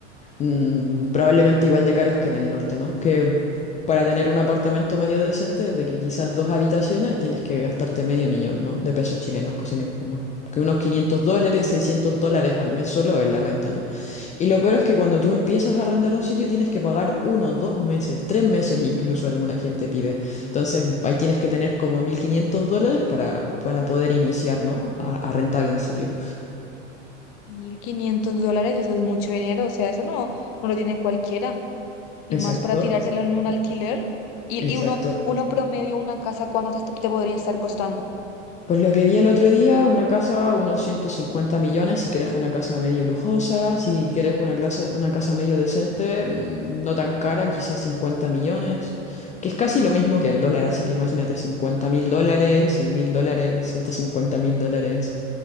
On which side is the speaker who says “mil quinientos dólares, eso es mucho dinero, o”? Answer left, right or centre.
Left